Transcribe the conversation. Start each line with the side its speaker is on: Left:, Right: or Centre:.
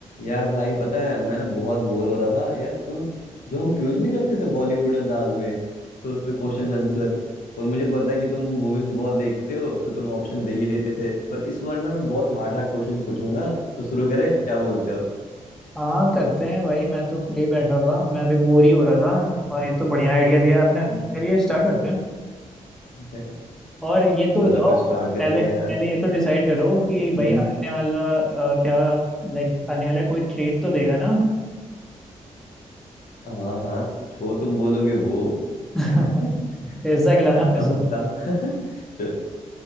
Left: यार भाई पता है मैं ना बहुत बोर हो रहा था यार तुम जो हम क्यूज नहीं करते थे बॉलीवुड अंदाज में तो उसमें क्वेश्चन आंसर और मुझे पता है कि तुम मूवीज बहुत देखते हो तो तुम ऑप्शन दे ही देते थे पर इस बार ना मैं बहुत हार्ड हार्ड क्वेश्चन पूछूंगा तो शुरू करें क्या बोलते हो
Centre: हाँ करते हैं भाई मैं तो फ्री बैठा था मैं अभी बोर ही हो रहा था और ये तो बढ़िया आइडिया दिया आपने
Left: हम्म
Centre: चलिए स्टार्ट
Left: हम्म।
Centre: करते हैं
Left: <laughs>
Centre: और ये तो
Left: चलो
Centre: बताओ
Left: फिर स्टार्ट करते
Centre: पहले पहले
Left: हैं यार
Centre: ये तो डिसाइड करो कि भाई
Left: हम्म
Centre: आने वाला अ, क्या लाइक आने वाला कोई ट्रीट तो देगा ना
Left: हाँ हाँ जो तुम बोलोगे वो
Centre: <laughs>
Left: <laughs>
Centre: पिज्जा खिलाना
Left: पक्का
Centre: पिज्जा
Left: पक्का <laughs> चलो